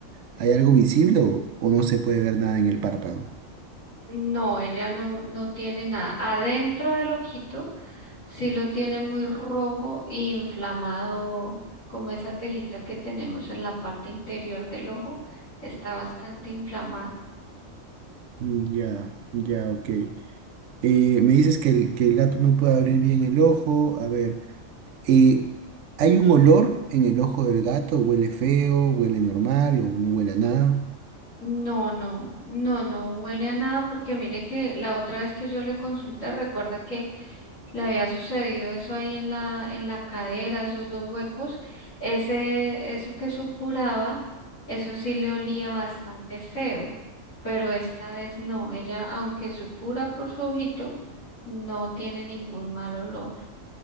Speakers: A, on the right; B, on the left.
A: ¿Hay algo visible o, o no se puede ver nada en el párpado?
B: No, ella no, no tiene nada. Adentro del ojito sí lo tiene muy rojo e inflamado, como esa telita que tenemos en la parte interior del ojo, está bastante inflamada.
A: Mm, Ya, ya, ok. Eh, me dices que el, que el gato no puede abrir bien el ojo. A ver. eh, ¿hay un olor en el ojo del gato? ¿Huele feo? ¿Huele normal? ¿O no huele a nada?
B: No, no, no, no huele a nada porque mire que la otra vez que yo le consulté, recuerda que le había sucedido eso ahí en la, en la cadera, esos dos huecos, ese, eso que supuraba, eso sí le olía bastante feo, pero esta vez no, ella, aunque supura por su ojito, no tiene ningún mal olor.